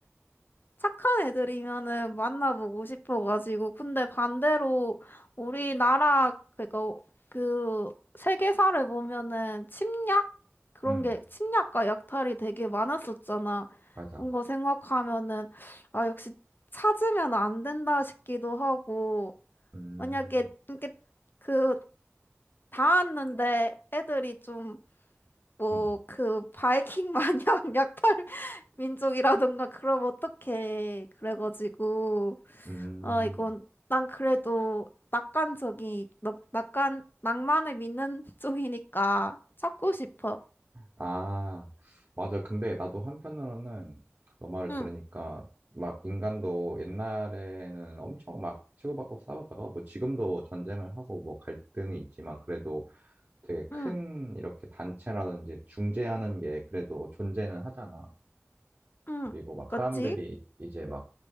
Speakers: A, on the left; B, on the right.
A: 착한 애들이면은 만나보고 싶어가지고. 근데 반대로 우리나라, 그니까 그 세계사를 보면은 침략? 그런
B: 응,
A: 게 침략과 약탈이 되게 많았었잖아.
B: 맞아.
A: 그런 거 생각하면은, 아, 역시 찾으면 안 된다 싶기도 하고.
B: 음,
A: 만약에 이렇게 그 닿았는데 애들이 좀 뭐
B: 음,
A: 그 바이킹 마냥 <laughs> 약탈 민족이라던가 그럼 어떡해. 그래가지고
B: 음.
A: 아 이건 난 그래도 낙관적이 낙- 낙관 낭만을 믿는 <laughs> 쪽이니까 찾고 싶어.
B: 아, 맞아. 근데 나도 한편으로는 너 말을
A: 응,
B: 들으니까 막 인간도 옛날에는 엄청 막 치고받고 싸우다가 뭐 지금도 전쟁을 하고 뭐 갈등이 있지만 그래도 되게 큰
A: 응,
B: 이렇게 단체라든지 중재하는 게 그래도 존재는 하잖아.
A: 응.
B: 그리고 막
A: 그치?
B: 사람들이 이제 막